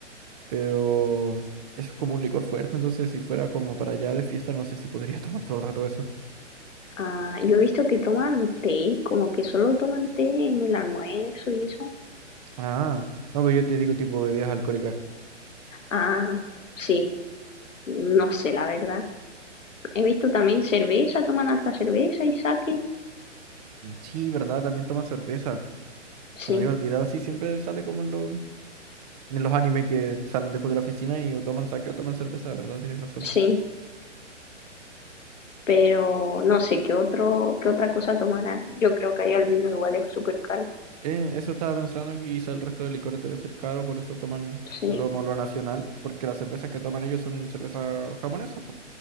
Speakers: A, on the right (about 30°); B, on the left (about 85°).
A: Pero es como un licor fuerte, entonces si fuera como para allá de fiesta, no sé si podría <laughs> tomar todo el rato eso.
B: Ah, yo he visto que toman té, como que solo toman té en el almuerzo y eso.
A: Ah, no, pero yo te digo tipo bebidas alcohólicas.
B: Ah, sí, no sé la verdad. He visto también cerveza, toman alta cerveza y sake.
A: Mm, Sí, ¿verdad? También toma cerveza. Se
B: Sí,
A: me había olvidado, sí, siempre sale como en, los en los animes que salen después de la oficina y o toman sake o toman cerveza, ¿verdad? Tienes razón.
B: sí. pero no sé qué otro, qué otra cosa tomarán. Yo creo que ahí el vino igual es súper caro.
A: Eh, eso estaba pensando, que quizá el resto de licores debe ser caro, por eso toman
B: Sí,
A: lo, como lo nacional, porque las cervezas que toman ellos son cervezas japonesas,